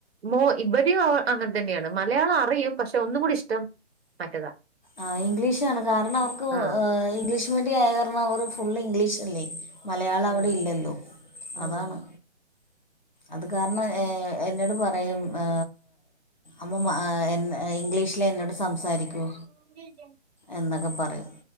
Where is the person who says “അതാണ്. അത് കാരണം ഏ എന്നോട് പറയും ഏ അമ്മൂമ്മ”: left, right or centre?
Left